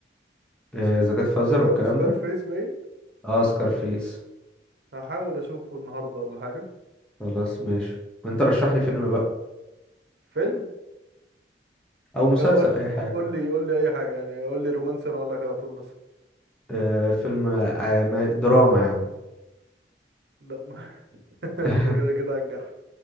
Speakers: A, in the centre; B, on the right.
A: اذا
B: اسمه
A: جت
B: إيه؟ ده؟
A: فازر
B: سكار
A: والكلام
B: سكار
A: ده
B: فيس باين
A: اه سكارفيس
B: هحاول اشوفه النهارده ولا حاجه
A: خلاص ماشي وانت
B: وانت
A: رشح لي فيلم بقى
B: فيلم
A: او مسلسل
B: آه، قول
A: اي حاجه
B: قول لي قول لي اي حاجه يعني قول لي رومانسي انا اقول لك على طول مثلا
A: آه فيلم آه، ما- دراما يا عم
B: لا <laughs> انت
A: <laughs>
B: كده كده على الجرح